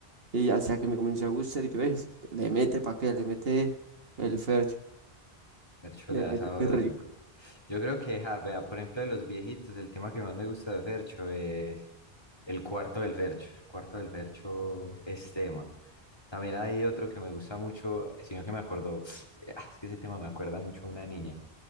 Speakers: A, on the right; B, on the left.
A: Y hasta que me comenzó a gustar, y yo es, le mete pa' qué, le mete el Fercho,
B: Fercho
A: le
B: le da
A: mete
B: sabroso.
A: qué rico.
B: Yo creo que, ja, vea, por ejemplo, de los viejitos, el tema que más me gusta de Fercho es el cuarto del Fercho. El cuarto del Fercho es tema. También hay otro que me gusta mucho, sino que me acordó, <sniffs> ah, es que ese tema me acuerda mucho a una niña,